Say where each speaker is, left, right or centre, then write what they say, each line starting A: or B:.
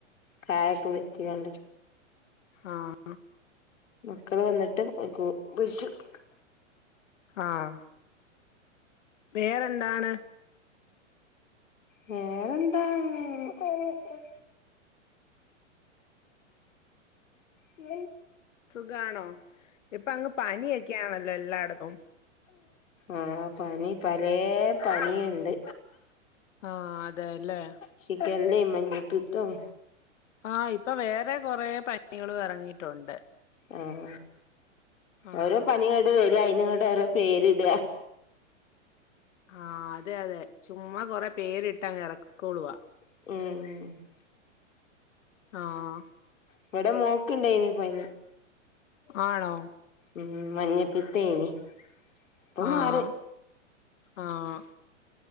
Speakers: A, on the left (about 90°); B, on the left (about 70°).
A: കായക്കെ വെര്ട്ടിക്കാണ്ട്
B: ആഹ്
A: മക്കള് വന്നിട്ട് ഓൽക്ക് പെര്ച്ചൊട്ക്കാ
B: ആഹ് വേറെന്താണ്
A: വേറെന്താ കുക്ക മ
B: സുഖാണോ ഇപ്പ അങ്ങ് പനിയൊക്കെയാണല്ലോ എല്ലായിടത്തും
A: ആഹ് പനി പലേ പനിയുണ്ട്
B: ആഹ് അതെല്ലേ
A: ഷിഗല്ലേ മഞ്ഞപ്പിത്തോം
B: ആഹ് ഇപ്പൊ വേറെ കൊറെ പനികളും എറങ്ങിയിട്ടുണ്ട്
A: ഉം
B: ആഹ്
A: ഓരോ പനിങ്ങട് വെര ക അയിനിങ്ങട് ഓരോ പേരിടാ
B: ആഹ് അതെ അതെ ചുമ്മാ കൊറെ പേരിട്ടങ്ങറക്കിക്കോളുവാ
A: ഉം
B: ആഹ്
A: ഇവടെ മോക്ക്ണ്ടേയിനി പനി
B: ആണോ
A: ഉം മഞ്ഞപ്പിത്തേനി ഇപ്പൊ
B: ആഹ്
A: മാറി
B: ആഹ്